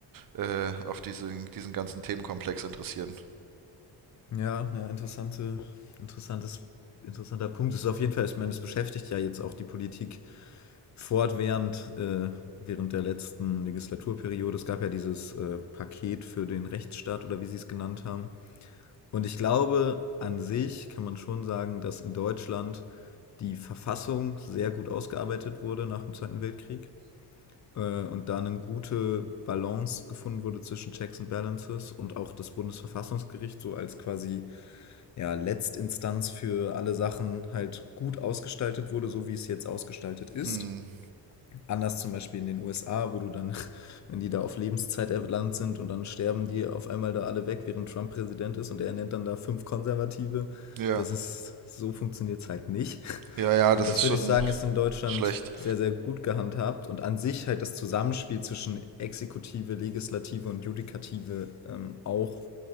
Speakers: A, on the right; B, on the left.
A: äh, auf diesen, diesen ganzen Themenkomplex interessieren.
B: Ja, ja, interessante, interessantes, interessanter Punkt. Es ist auf jeden Fall, ich meine, es beschäftigt ja jetzt auch die Politik fortwährend äh, während der letzten Legislaturperiode. Es gab ja dieses äh, Paket für den Rechtsstaat oder wie sie es genannt haben. Und ich glaube, an sich kann man schon sagen, dass in Deutschland die Verfassung sehr gut ausgearbeitet wurde nach dem Zweiten Weltkrieg äh, und da eine gute Balance gefunden wurde zwischen Checks and Balances und auch das Bundesverfassungsgericht so als quasi ja, Letztinstanz für alle Sachen halt gut ausgestaltet wurde, so wie es jetzt ausgestaltet ist.
A: Hm,
B: Anders zum Beispiel in den USA, wo du dann, <laughs> wenn die da auf Lebenszeit erlangt sind und dann sterben die auf einmal da alle weg, während Trump Präsident ist und er nennt dann da fünf Konservative.
A: ja.
B: Das ist, so funktioniert es halt nicht. <laughs>
A: Ja, ja,
B: Und
A: das
B: das
A: ist
B: würde
A: schon
B: ich sagen, ist in Deutschland
A: schlecht.
B: sehr, sehr gut gehandhabt und an sich halt das Zusammenspiel zwischen Exekutive, Legislative und Judikative ähm, auch